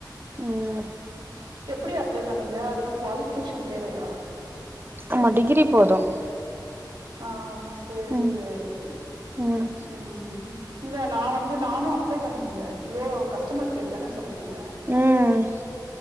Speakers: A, on the right (about 30°); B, on the right (about 85°).
A: ம்
B: எப்படி அப்ளை பண்ணீங்க அதுக்கு குவாலிபிகேஷன் தேவையா
A: ஆமா டிகிரி போதும்
B: ஆ சேர்
A: ம்
B: சேரி
A: ம்
B: உம் இல்ல நான் வந்து நானும் அப்ளை பண்ணியிருந்தேன் ஜியோ கஸ்டமர் கேர் தானே சொல்றீங்க
A: ம்